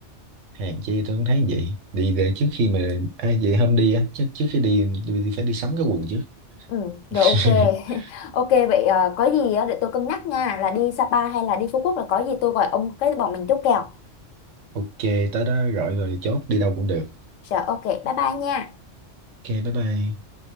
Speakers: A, on the right; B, on the left.
A: hèn chi tôi cũng thấy vậy đi để trước khi mà à, vậy hôm đi á trước trước khi đi, đi đi phải đi sắm cái quần trước
B: ừ rồi
A: <laughs>
B: ok <laughs> ok vậy ờ, có gì á để tôi cân nhắc nha là đi Sapa hay là đi Phú Quốc là có gì tôi gọi ông cái bọn mình chốt kèo
A: ok tới đó gọi rồi chốt đi đâu cũng được
B: rồi ok bye bye nha
A: Ok, bye bye.